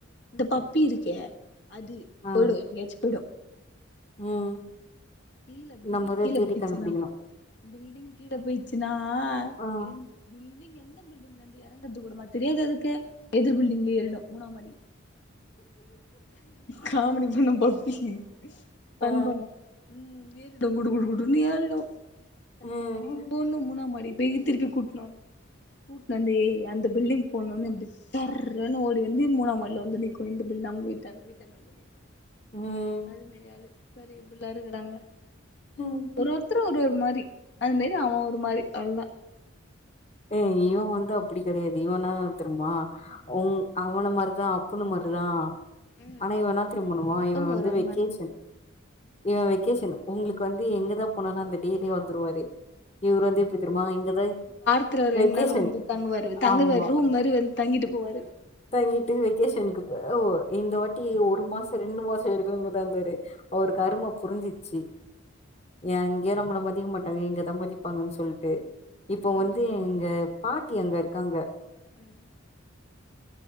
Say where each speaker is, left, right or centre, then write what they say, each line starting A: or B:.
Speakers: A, on the left; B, on the left.
A: இந்த பப்பி இருக்கே அது
B: ஆ
A: போயிடு எப்பயாச்சு போயிடு
B: ம்
A: கீழ பில்டிங்
B: நம்மதா
A: கீழே
B: தேடி
A: குதிச்சுதா
B: கண்டுபிடிக்கணு
A: பில்டிங் கீழ போயிச்சுனா
B: ஆ
A: என் பில்டிங் எந் ந்த பில்டிங்ல இருந்து இறங்கறது கூடமா தெரியாது அதுக்கு எதிர் பில்டிங்ல ஏறிடு மூணா மாடி காமீடி பண்ண பப்பி ஃபன்
B: ஆ
A: பண்ணே உம் ஏறிடு குடு குடு குடுன்னு ஏறிடும் அது
B: ம்
A: பின்னாடியே ஓட்ணு மூணா மாடி போயி திருப்பி கூப்ட்ணு வருணு கூட்னு வந்து அந்த பில்டிங் போணும்ன்னு அப்டி சுத் சர்ருன்னு ஓடி வந்து மூணா மாடில வந்து நிக்கு இந்த பில்லு நம்ம வீடு தன் வீட்ட நம்ப நிக்கா
B: ம்
A: அதுமாறி ஆளு பாரு எப்படில்லாம் இருக்கறாங்க
B: ம்
A: ஒரு ஒருத்தரு ஒரு ஒரு மாறி அது மாறி அவ ஒரு மாறி அவ்வளோதா
B: ஏ இவ வந்து அப்டி கெடையாது. இவனா தெரிமா உ அவன மாரிதான் அப்பன மாரிதா
A: ம்
B: ஆனா இவ என்னா தெரியுமா
A: அதா
B: பண்ணுவா
A: ஒரு ஒருத்தவங்க
B: இவ வந்து
A: ஒரு ஒரு
B: வெக்கேஷன்
A: மாரி
B: இவ வெக்கேஷன் உங்களுக்கு வந்து எங்கதா போனாளு அந்த டேலேயே வந்துருவாரு இவரு வந்து எப்டி தெரியும்மா இங்கதா
A: அந்த ரெண்டு
B: வெக்கேஷன்
A: நாள் வந்து தங்குவாரு தங்குவாரு
B: ஆமா
A: ரூம் மாதிரி வந்து தங்கிட்டு போவாரு
B: தங்கிட்டு வெகேஷனுக்கு போவோ இந்த வாட்டி ஒரு மாசோ ரெண்டு மாசோ இருக்கு இங்கதா தெரி ஒரு கருமோ புரிஞ்சிச்சு எங்கயு நம்மள மதிக்க மாட்டாங்க இங்கதா மதிப்பாங்கன்னு சொல்ட்டு இப்போ வந்து
A: ம்
B: இங்க பாட்டி அங்க இருக்காங்க
A: ம்